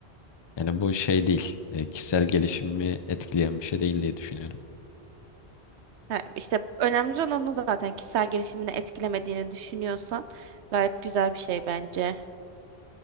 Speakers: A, on the left (about 35°); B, on the right (about 90°).
A: Yani bu şey değil. e, kişisel gelişimimi etkileyen bir şey değil diye düşünüyorum.
B: Ha, işte önemli olan o zaten. Kişisel gelişimini etkilemediğini düşünüyorsan gayet güzel bir şey bence.